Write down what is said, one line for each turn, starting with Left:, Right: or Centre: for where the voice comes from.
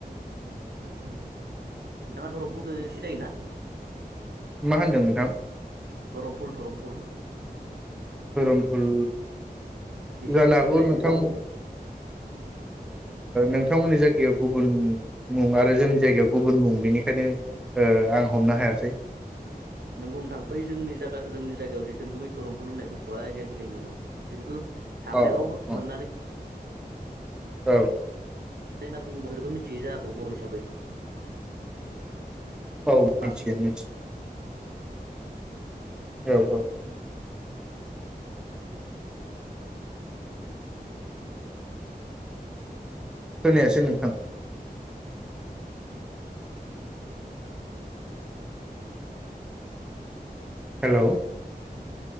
Right: नोंथाङा धरमफुलखौ सिनायोना?
Centre: मा होनदों नोंथां
Right: धरमफुल धरमफुल।
Centre: धोरोमफुल
Right: मिजि
Centre: जानो
Right: मिजि
Centre: हागौ
Right: बिलाइ
Centre: नोंथां ओ नोंथांमोननि जायगायाव गुबुन मुं आरो जोंनि जायगायाव गुबुन मुं बेनिखायनो ओ आं हमनो हायासै
Right: नोंगौ नोंथां बै जोंनि जा जोंनि जायगायाव जिथुखि बे धरमफोर ल होननाय बुस्थुवआ एगेल बेगेल मोनो जितुखु हाग्रायाव
Centre: अ अ
Right: मोननानै
Centre: औ
Right: <unintelligible> होनना बुङोब्ला बेफोरखौ मिथि जाखौ बर' हिसाबै
Centre: औ मिथियो
Right: बासिगि
Centre: मिथियो औ औ खोनायासै नोंथां हेल'